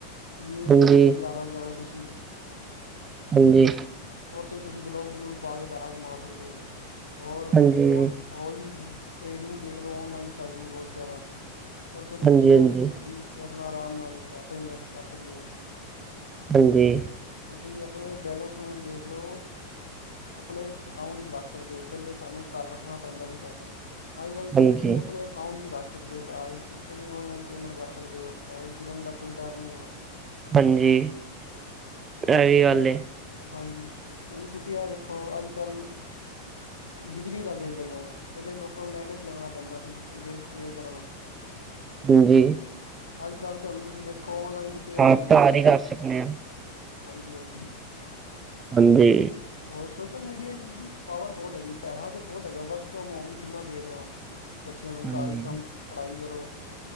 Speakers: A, on the left; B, on the right.
A: ਯੂਟਿਊਬ
B: ਹਾਂਜੀ
A: ਵੀ ਲਾ ਲੋ ਜਵੇਂ ਤੁਸੀਂ
B: ਹਾਂਜੀ।
A: ਓ ਤੇ ਤੁਸੀਂ ਵਲੋਗ ਵਲੂਕ ਪਾ ਕੇ ਪੈਸਾ ਕਮਾ ਸਕਦੇ ਹੋ ਔਰ
B: ਹਾਂਜੀ
A: ਬੋਤ
B: ਹਾਂਜੀ
A: ਹੋਰ ਵੀ ਟ੍ਰੇਡਿੰਗ ਦੇਖ ਲਓ ਔਨਲਾਈਨ ਚੱਲ ਰੀ ਏ ਬੋਹਤ ਜਾੱਦਾ ਓਤੇ ਤੁਸੀਂ
B: ਹਾਂਜੀ
A: ਸਟੋਕ ਸਟੂਕ ਖਰੀਦ ਕੇ ਆਪਣਾ ਆਰਾਮ ਨਾਲ ਪੈਸਾ ਇਨਵੈਸਟ ਕਰ ਸਕਦੇ ਓ।
B: ਹਾਂਜੀ।
A: ਤੁਸੀਂ ਆਪਣੇ ਬੈਲੇੈਂਸ ਨੂੰ ਵੀ ਦੇਖ ਲੋ ਆਪਣੇ ਅਕਾਊਂਟ ਵਿੱਚ ਰੱਖ ਸਕਦੇ ਹੋ ਪਹਿਲੇ ਤੁਆਨੂੰ ਕੱਰ ਰੱਖਣਾ ਪੈਂਦਾ ਸੀ ਪੈਸਾ। ਅੱਜ ਕੱਲ੍ਹ
B: ਹਾਂਜੀ
A: ਤੁਸੀਂ ਆਪਣੇ ਅਕਾਊਂਟ ਹੀ ਰੱਖ ਸਕਦੇ ਹੋ ਕਿੱਥੇ ਵੀ ਔਨਲਾਈਨ ਪੇਮੈਂਟ ਕਰ ਸਕਦੇ ਹੋ ਪੈਸੇ ਗਿਰਨ ਦਾ ਕੋਈ ਡਰ ਨੀ ਹੈ।
B: ਹਾਂਜੀ
A: ਬਸ
B: ਇਹੀ ਗੱਲ
A: ਗ
B: ਏ।
A: ਹਾਂਜੀ ਹੁਣ ਤੁਸੀਂ ਏ ਵੇਖੋ ਅੱਜ ਕੱਲ੍ਹ ਬਿਜਲੀ ਦਾ ਬਿੱਲ ਹੈਗਾ ਵੇਂ ਪਹਿਲੇ ਲੋਕਾਂ ਨੂੰ ਲੈਣ ਚ ਲੱਗਣਾ ਪੈਂਦਾ ਸੀ ਬਿੱਲ ਪੇ ਕਰਨ ਵਾਸਤੇ।
B: ਹਾਂਜੀ।
A: ਅੱਜ ਕੱਲ ਤਾਂ ਹੁਣ ਤੁਸੀਂ ਵੇਖੋ ਓਨਲਾਈਨ ਹੀ ਪੇ ਹੋ
B: ਹਾਂ
A: ਜਾਂਦੇ ਨੇ
B: ਘਰ
A: ਬਿੱਲ
B: ਹੀ ਕਰ ਸਕਦੇ ਹਾਂ
A: ਹਾਂਜੀ, ਹਾਂਜੀ।
B: ਹਾਂਜੀ।
A: ਹੋਰ ਸੋਸ਼ਲ ਮੀਡੀਆ ਚ ਪਾਵਰ ਬੋਹਤ ਹੈਗੀ ਪੈਸਾ ਤਾਂ ਬੋਹਤ ਹੈਗਾ ਵਰਕ ਫਰਮ ਹੋਮ ਕਿੰਨਾ ਦੇ ਰਿਹਾ ਉਹ। ਬੱਚਿਆਂ ਨੂੰ
B: ਹਾਂਜੀ
A: ਕਾਰ ਹੀ ਕੰਮ ਪੜਾਈ ਕਰੋ।